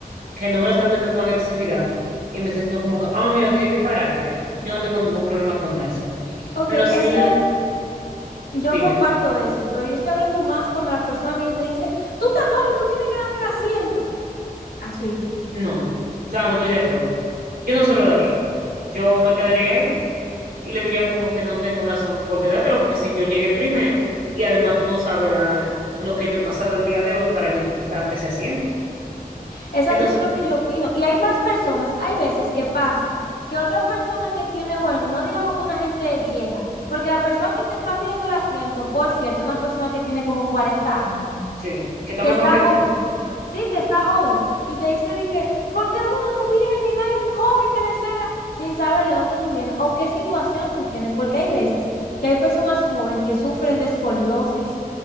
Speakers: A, on the right; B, on the left.
A: que no me lo está pidiendo con agresividad y me está diciendo como que, ah, mira, tiene que pararte. Yo no tengo ningún problema con dárselo.
B: Ok,
A: Pero sí,
B: eso, yo
A: dime,
B: comparto eso, pero yo estoy hablando más cuando la persona viene y te dice, tú estás joven, tú tienes que darme el asiento. Así.
A: no, o sea, no estoy de acuerdo. Yo no se lo daría. Yo me quedaría ahí y le diría como que no tengo razón por quedártelo, porque si yo llegué primero y además tú no sabes la- lo que yo he pasado el día de hoy para yo darte ese asiento.
B: Exacto,
A: Entonces,
B: eso es lo que yo opino. Y hay más personas, hay veces que pasa que otra persona que tiene, bueno, no digamos que una gente vieja, porque la persona que te está pidiendo el asiento, por cierto, una persona que tiene como 40 años,
A: sí, que está
B: que
A: mejor
B: está
A: que
B: joven,
A: tú.
B: sí, que está joven, y te dice de que, ¿por qué uno viene y no hay un joven que le ceda sin saber de dónde tú vienes o qué situación tú tienes? Porque hay veces que hay personas jóvenes que sufren de escoliosis,